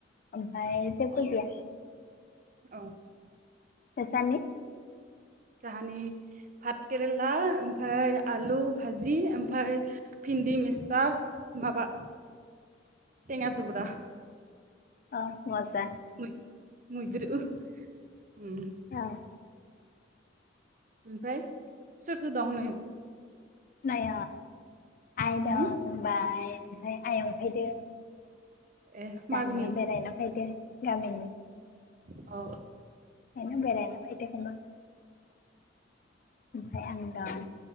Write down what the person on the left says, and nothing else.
ओमफ्राय जेबो
गैया
फसनि
अ मजा
औ
नाय आइ दं
होनबाय ओमफफ्राय आइयं फैदो।
दानिया
बेरायना फैदो गामिनि
<unintelligible> ओमफ्राय आं दं